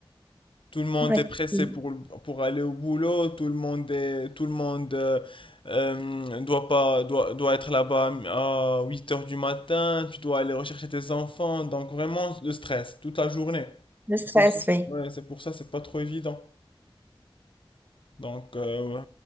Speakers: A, on the left (about 70°); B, on the right (about 20°).
A: Tout le monde
B: oui,
A: est pressé
B: Oui.
A: pour, le- pour aller au boulot. Tout le monde est, tout le monde euh, euh, doit pas, doit, doit être là-bas euh, à 8 heures du matin. Tu dois aller rechercher tes enfants. Donc, vraiment, le stress toute la journée.
B: le stress,
A: C'est pour ça.
B: oui.
A: Ouais, c'est pour ça, c'est pas trop évident. Donc, euh,